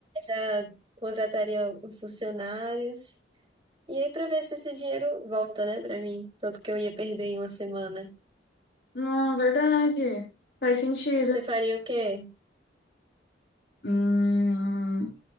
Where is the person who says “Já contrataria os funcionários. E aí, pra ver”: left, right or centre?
Right